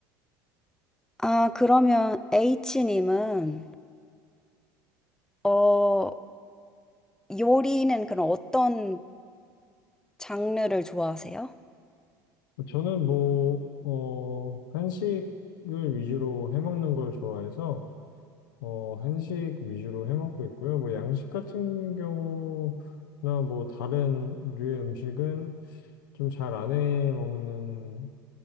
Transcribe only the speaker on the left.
저는 뭐, 어, 한식을 위주로 해먹는 걸 좋아해서, 어, 한식 위주로 해먹고 있고요. 뭐, 양식 같은 경우나 뭐, 다른 류의 음식은 좀 잘 안 해먹는,